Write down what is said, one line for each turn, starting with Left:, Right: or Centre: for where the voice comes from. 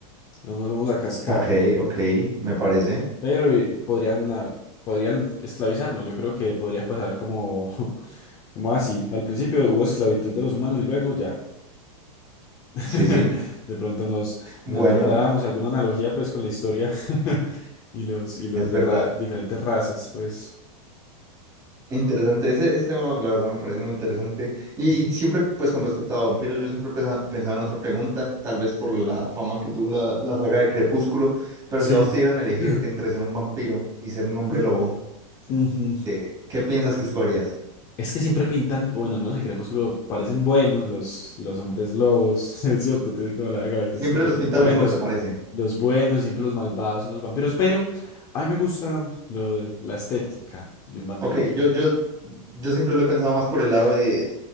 Left: no nos vamos a cascar.
Right: Ok, ok, me parece.
Left: Pero y- podrían, ah, podrían esclavizarnos. Yo creo que podría pasar como, <laughs> como así. Al principio hubo esclavitud de los humanos y luego ya. <laughs>
Right: Sí, sí.
Left: De pronto nos,
Right: Bueno,
Left: nos liberábamos. Alguna analogía pues con la historia <laughs> y los, y los
Right: es
Left: de
Right: verdad.
Left: ra- diferentes razas, pues.
Right: Interesante. Ese, ese tema, la verdad, me parece muy interesante. Y,
Left: Ujú.
Right: y siempre, pues con respecto a vampiros, yo siempre pesa- pensaba en otra pregunta, tal vez por la fama que tuvo la, la saga de Crepúsculo, pero
Left: Sí.
Right: si a vos te dieran a elegir
Left: Eh,
Right: entre ser un vampiro y ser un hombre
Left: sí.
Right: lobo,
Left: Ujú.
Right: ¿qué, qué piensas que escogerías?
Left: Es que siempre pintan, o bueno, al menos en Crepúsculo parecen buenos los, los hombres lobos, <laughs> es cierto, tienen como la característica
Right: Siempre
Left: de ser
Right: los
Left: los
Right: pintan
Left: buenos,
Right: mejor, ¿te parece?
Left: Los buenos, y siempre los malvados son los vampiros, pero a mí me gusta lo- la estética de un vampiro.
Right: Ok, yo, yo, yo siempre lo he pensado más por el lado de,